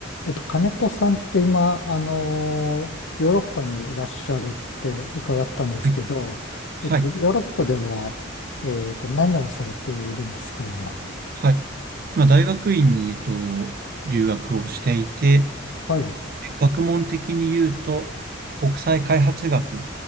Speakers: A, on the left; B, on the right.
A: えっと、金子さんって今、あのーヨーロッパにいらっしゃるって伺ったんですけど、
B: はいはい。
A: えっと、ヨーロッパでは、えっと、何をされているんですか、今。
B: はい今、大学院に、えっと、留学をしていて、
A: はい。
B: 学問的に言うと、国際開発学、